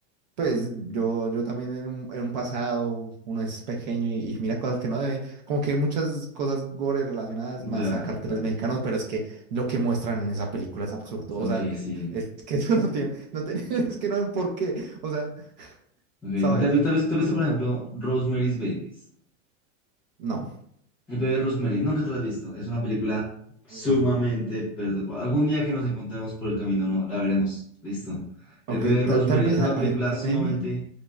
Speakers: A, on the right (about 35°); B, in the centre.
A: Pues yo, yo también en un, en un pasado, uno es pequeño y, y mira cosas que no debe, como que hay muchas cosas gore relacionadas
B: Ya,
A: más a carteles
B: claro.
A: mexicanos, pero es que lo que muestran en esa película es absurdo,
B: Ok,
A: o sea,
B: sí.
A: <laughs> es que eso no tiene, no tiene, <laughs> es que no hay un porqué, o sea,
B: Ok, ¿te,
A: ¿sabes?
B: te has visto, te
A: No,
B: has visto,
A: no,
B: por ejemplo, Rosemary's Babies?
A: no,
B: El bebé Rosemary, nunca te la has visto. Es una película sumamente
A: no.
B: perturbadora. Algún día que nos encontremos por el camino, no, la veremos. Listo. El
A: Ok,
B: bebé Rosemary
A: ta- tal vez,
B: es una
A: a, a
B: película
A: ver, ¿qué
B: sumamente...
A: me mía?